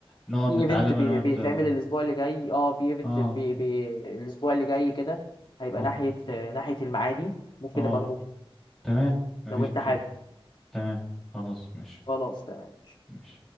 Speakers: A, in the centre; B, on the left.
A: نقعد
B: في
A: نتعلم
B: ايفنت بي-
A: انا وانت
B: بيتعمل الاسبوع اللي جاي اه في ايفنت
A: اه
B: بي بي الاسبوع اللي جاي كده هيبقى
A: اه
B: ناحيه ناحيه المعادي ممكن
A: اه
B: نبقى نروح
A: تمام مفيش
B: لو انت
A: مشاكل
B: حابب
A: تمام خلاص مش
B: خلاص تمام
A: مش